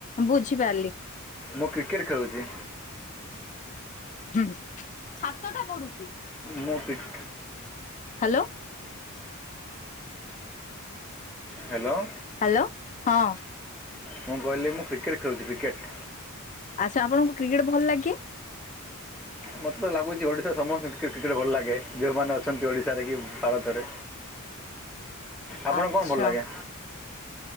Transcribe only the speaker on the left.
ବୁଝିପାରିଲି।
ହୁଁ ଛାତ ଟା ପଢୁଚି।
ହ୍ୟାଲୋ
ହ୍ୟାଲୋ ହଁ।
ଆଚ୍ଛା ଆପଣଙ୍କୁ କ୍ରିକେଟ୍ ଭଲ ଲାଗେ କି।
ଆଚ୍ଛା